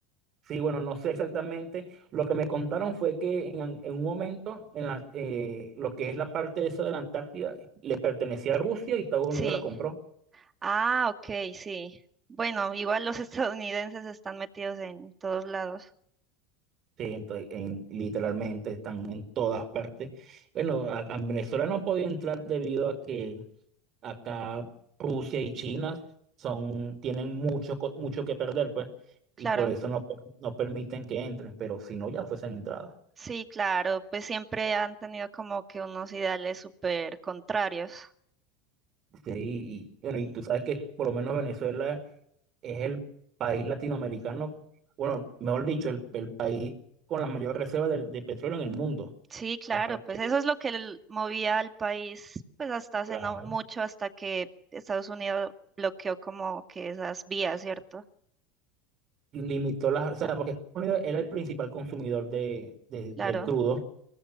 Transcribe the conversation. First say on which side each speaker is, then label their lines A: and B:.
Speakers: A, on the right; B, on the right.
A: Sí, bueno, no sé exactamente. Lo que me contaron fue que en, en un momento, en la, eh, lo que es la parte esa de la Antártida, le pertenecía a Rusia y Estados Unidos
B: Sí.
A: la compró.
B: Ah, ok, sí. Bueno, igual los <laughs> estadounidenses están metidos en todos lados.
A: Sí, entonces, en- literalmente están en todas partes. Bueno, a, a Venezuela no podía entrar debido a que acá Rusia y China son, tienen mucho, co- mucho que perder, pues,
B: Claro,
A: y por eso no, per- no permiten que entren, pero si no, ya fuesen entradas.
B: sí, claro, pues siempre han tenido como que unos ideales súper contrarios.
A: Sí, y bueno, y tú sabes que por lo menos Venezuela es el país latinoamericano, bueno, mejor dicho, el, el país con la mayor reserva de, de petróleo en el mundo.
B: Sí, claro,
A: Aparte,
B: pues eso es lo que el- movía al país, pues hasta hace
A: claro,
B: no mucho, hasta que Estados Unidos bloqueó como que esas vías, ¿cierto?
A: limitó las, o sea, porque Estados Unidos era el principal consumidor de, de-
B: Claro.
A: del crudo,